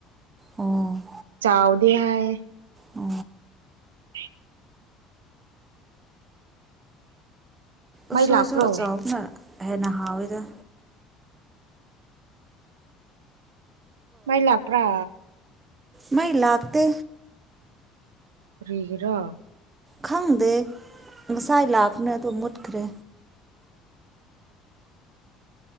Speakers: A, on the right; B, on the right.
A: ꯑꯣ
B: ꯆꯥꯎꯋꯗꯤ ꯍꯥꯏ
A: ꯎ
B: <inaudible> ꯃꯩ
A: ꯎꯁꯋꯥ
B: ꯂꯥꯛꯄ꯭ꯔꯣ
A: ꯑꯁ ꯑ ꯆꯥꯎꯕꯅ ꯍꯦꯟꯅ ꯍꯥꯎꯋꯤꯗ
B: ꯃꯩꯂꯥꯛ ꯄꯨ꯭ꯔꯥ
A: ꯃꯥꯏ ꯂꯥꯛꯇ
B: ꯀꯔꯒ꯭ꯔꯥ
A: ꯈꯪꯗꯦ ꯉꯁꯥꯏ ꯂꯥꯄꯅ ꯑꯗꯨꯣ ꯃꯨꯠꯈ꯭ꯔꯦ